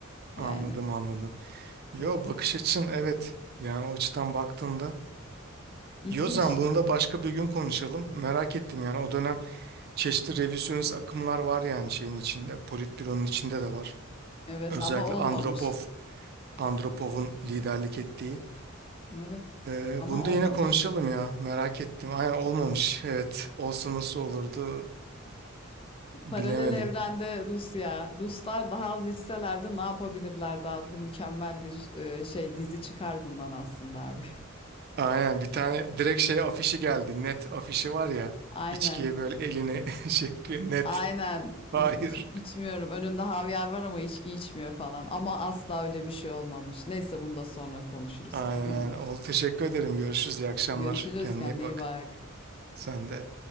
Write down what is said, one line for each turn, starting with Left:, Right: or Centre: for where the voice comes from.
Left: Yani
Right: Anladım anladım. Yo
Left: evet.
Right: bakış açın evet. Yani o açıdan baktığında
Left: İlginç.
Right: Yozan bunu da başka bir gün konuşalım. Merak ettim yani o dönem çeşitli revizyonist akımlar var yani şeyin içinde. Politbüronun içinde de var.
Left: Evet
Right: Özellikle
Left: ama olmamış.
Right: Andropov, Andropov'un liderlik ettiği.
Left: Evet.
Right: Ee,
Left: Ama
Right: bunu da
Left: olmamış.
Right: yine konuşalım ya. Merak ettim. Aynen olmamış. <laughs> Evet. Olsa nasıl olurdu bilemedim.
Left: Paralel evrende Rusya, Ruslar daha az içselerdi ne yapabilirlerdi adlı mükemmel bir e, şey dizi çıkar bundan aslında abi.
Right: Aynen bir tane direkt şey afişi geldi. Net afişi var ya.
Left: <laughs> Aynen.
Right: İçkiye böyle elini <laughs> şey yapıyor. Net.
Left: Aynen. İç,
Right: Hayır.
Left: içmiyorum. Önünde havyar var ama içki içmiyor falan. Ama asla öyle bir şey olmamış. Neyse bunu da sonra konuşuruz.
Right: Aynen
Left: <laughs> Tamamdır.
Right: aynen. Oldu teşekkür ederim. Görüşürüz. İyi akşamlar.
Left: Görüşürüz.
Right: Kendine
Left: Kendine
Right: iyi bak.
Left: iyi bak.
Right: Sen de.